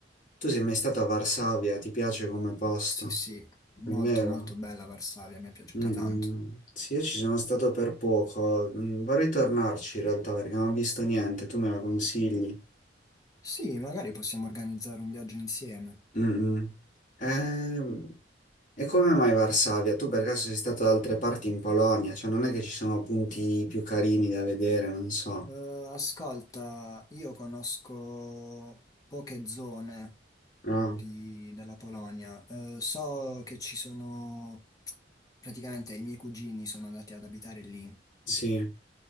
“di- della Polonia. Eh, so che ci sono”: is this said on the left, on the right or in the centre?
Left